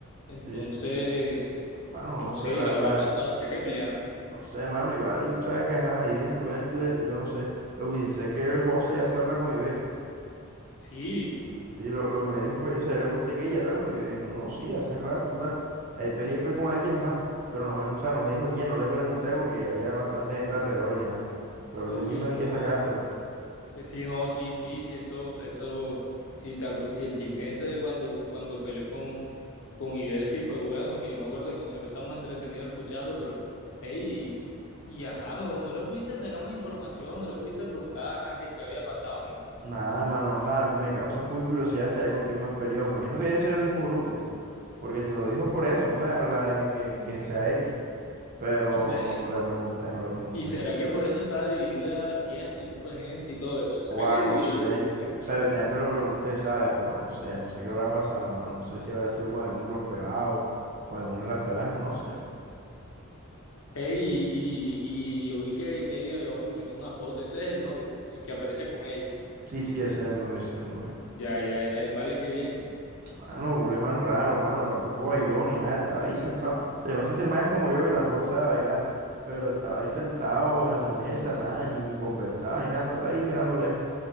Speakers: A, on the left (about 65°); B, on the right (about 40°).
A: Entonces,
B: Sí, sí. Mano,
A: no
B: no sé,
A: sé
B: la,
A: qué habrá
B: la verdad.
A: pasado, ¿será que pelearon?
B: No sé, mano. Igual, sabes que ajá, ahí de imprudente, yo no sé. Lo que dice es que el José ya se habla con Ibe.
A: Sí,
B: Sí, lo, lo que me dijo fue, o sea, yo le pregunté que ella te las comió. me dijo, no, sí, hace rato, tal. Ahí peleé fue con alguien más. Pero no me, o sea, no me dijo quién, no le pregunté porque ya había bastante gente alrededor y ajá. Pero
A: uy,
B: ese chisme hay
A: no.
B: que sacárselo.
A: Pues sí, no, sí, sí, sí, eso, eso, sí, te acu- sí, el chisme ese de cuando, cuando peleó con, con Idesi fue bueno, que yo me acuerdo que nosotros estamos entretenidos escuchando, pero, hey, y, y ajá, no, no le pudiste sacar más información, no le pudiste preguntar, ajá, qué, qué había pasado ni nada.
B: Nada, mano, o sea, me causa full curiosidad saber con quién más peleó. Me imagino que debe ser el mismo grupo. Porque si me lo dijo es por eso, no me habla de alguien que, que sea X. Pero
A: Y, se-
B: no, no le pregunté, no le pregunté.
A: y será que por eso estaba dividida la fiesta y no fue gente y todo eso, será
B: Juan,
A: que
B: no
A: dividió
B: sé.
A: el grupo, ¿qué?
B: O sea, yo también me lo pregunté, ¿sabes? Pero no sé, no sé qué habrá pasado, mano. No sé si habrá sido con alguno de los pelados, con alguna de las peladas, no sé.
A: Ey, y, y, y yo vi que Kelly había publicado una foto, ese es el novio, el que aparece con ella.
B: Sí, sí, ese es el novio, ese es el novio.
A: Ya, ya, ya, el vale, qué bien.
B: Mano, Guleman raro, mano. Tampoco bailó ni nada. Estaba ahí sentado. O sea, yo no sé si el man es como yo que tampoco sabe bailar, pero estaba ahí sentado en la mesa, nada, ni, ni conversaba, ni nada. solo estaba ahí mirando lejos.